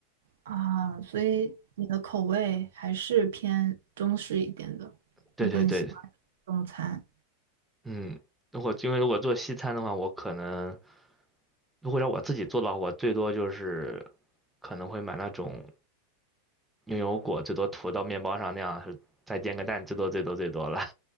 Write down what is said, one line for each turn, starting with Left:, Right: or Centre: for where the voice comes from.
Right: 啊，所以你的口味还是偏中式一点的，
Centre: 对对对，
Right: 你更喜欢中餐。
Centre: 嗯，如果因为如果做西餐的话，我可能。如果让我自己做的话，我最多就是可能会买那种牛油果，最多涂到面包上那样，是再煎个蛋，最多最多最多了。